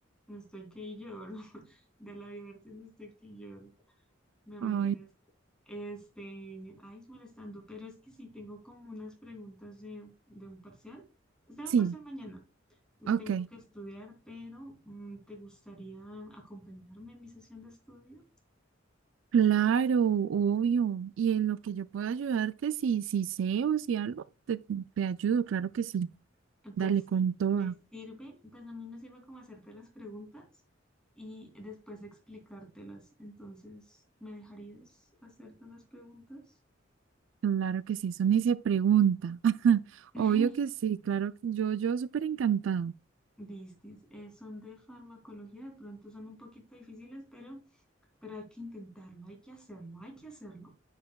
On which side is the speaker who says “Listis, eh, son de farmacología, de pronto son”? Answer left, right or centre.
Centre